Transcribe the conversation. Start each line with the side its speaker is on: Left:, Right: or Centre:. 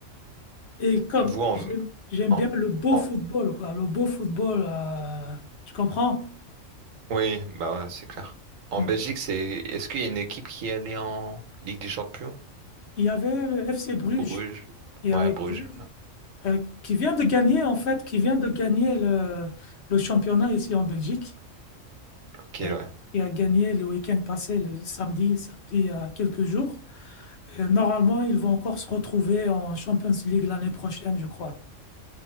Left: Et comme
Right: Vous en...
Left: j'aime j'aime
Right: en
Left: bien le beau
Right: en-
Left: football, quoi, le beau football, euh, tu comprends?
Right: oui, bah ouais, c'est clair. En
Left: Ouais.
Right: Belgique, c'est est-ce qu'il y a une équipe qui allait en Ligue des Champions?
Left: Il y avait le FC Bruges,
Right: Bruges.
Left: il y
Right: Ouais,
Left: avait
Right: Bruges.
Left: Bruges, euh, qui vient de gagner, en fait, qui vient de gagner le, le championnat ici en Belgique,
Right: Ok,
Left: qui a,
Right: ouais.
Left: qui a gagné le week-end passé, le samedi, samedi, il y a quelques jours. Et normalement, ils vont encore se retrouver en Champions League l'année prochaine, je crois.